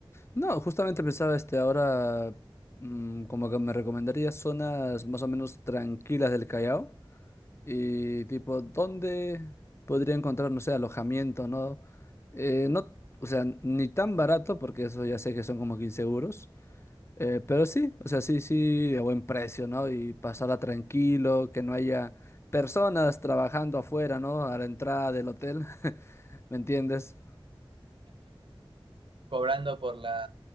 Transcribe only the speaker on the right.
Cobrando por la